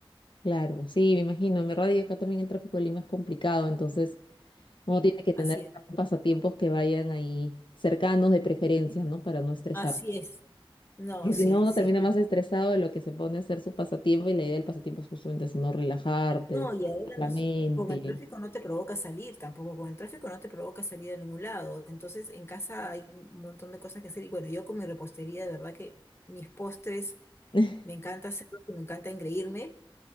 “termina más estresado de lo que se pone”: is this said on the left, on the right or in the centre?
Left